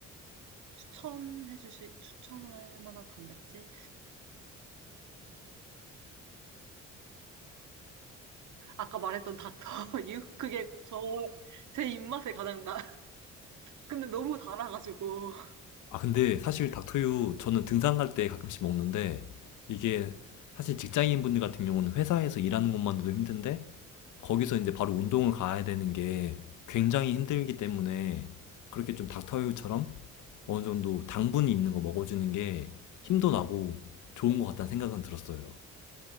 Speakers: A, on the right; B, on the left.
A: 추천해 주실 추천할 만한 단백질? 어... 아까 말했던 닥터 <laughs> 유 그게 저 제 입맛에 가장 나. 근데 너무 달아가지고.
B: 아, 근데 사실 닥터유 저는 등산 갈 때 가끔씩 먹는데 이게 사실 직장인분들 같은 경우는 회사에서 일하는 것만으로도 힘든데 거기서 이제 바로 운동을 가야 되는 게 굉장히 힘들기 때문에 그렇게 좀 닥터유처럼 어느 정도 당분이 있는 거 먹어주는 게 힘도 나고 좋은 것 같다는 생각은 들었어요.